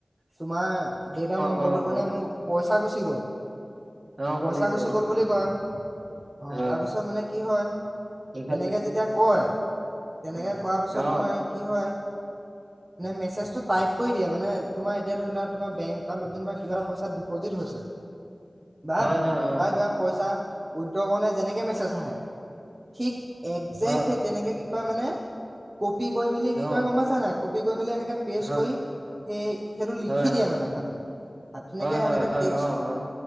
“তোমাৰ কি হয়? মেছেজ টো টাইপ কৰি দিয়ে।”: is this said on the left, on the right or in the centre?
Right